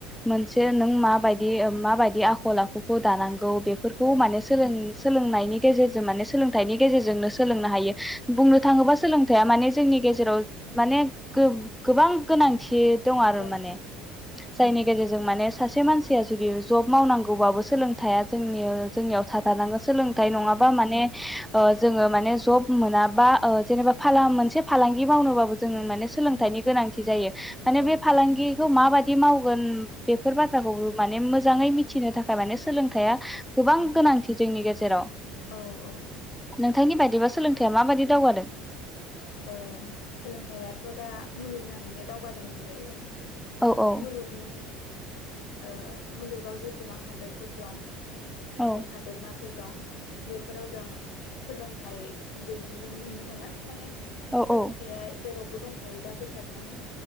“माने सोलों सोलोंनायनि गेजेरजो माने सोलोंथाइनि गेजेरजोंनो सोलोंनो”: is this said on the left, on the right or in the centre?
Centre